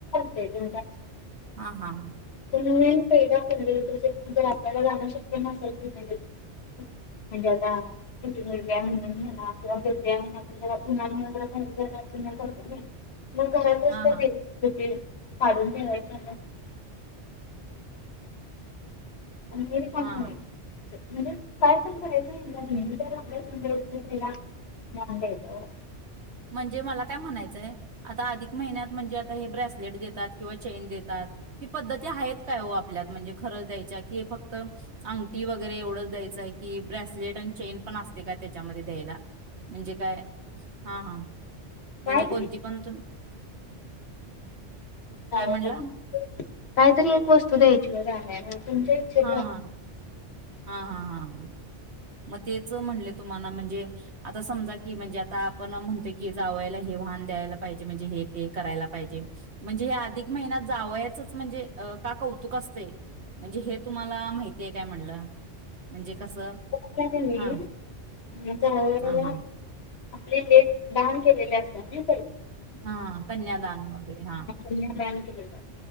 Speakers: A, on the left; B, on the right.
A: ते तुमचा
B: हा हा हा
A: प फि त जर आपल्याला जाणं शक्य नसेलि म्हणजे आता क मुलग्या म्हणून म्ह किवा ग्या म्ह आपण ज उन्हा करतो मग घरात त
B: हा हा
A: तुटेल. काढून ठेवायचे. आणि हे रिकामं
B: हा.
A: करायचं म्हणजे काय पण करायचं म्हणला कणी तर, आपल्या इथ जे येतात पहिला त्याला मान द्यायचा ओ.
B: म्हणजे मला काय म्हणायचंय आता अधिक महिन्यात? म्हणजे आता हे ब्रेसलेट देतात किंवा चेन देतात. ही पद्धती हाएत काय हो आप? आपल्यात म्हणजे खरंच द्यायच्या, की फक्त अंगठी वगैरे एवढंच द्यायचंय की ब्रेसलेट आणि चेन पण असतय का त्याच्यामध्ये द्यायला म्हणजे काय? हा म्हणजे
A: काहीतरी
B: कोणती पण तुम्ही?
A: काय
B: म्हणला
A: तरी एक वस्तू द्यायची. तुझ झालंय ना. तुमच्या इछे
B: हा
A: प्रमाणे.
B: हा हा हा हा. म तेच म्हणलेत तुम्हाला म्हणजे आता समजा, की म्हणजे आता आपण म्हणतोय, की जावायला हे व्हान द्यायला पाहिजे म्हणजे हे ते करायला पाहिजे. म्हणजे हे अधिक महिन्यात जावयाचच म्हणजे का कौतुक असतय, म्हणजे हे तुम्हाला माहितीय काय म्हणलं. म्हणजे कसं?
A: कस व्हईल,
B: हा
A: जावया
B: हा हा
A: आपली लेक दान केलेली असत्या नी
B: हा कन्यादान वगेरे हा
A: कन्यादान केलेलं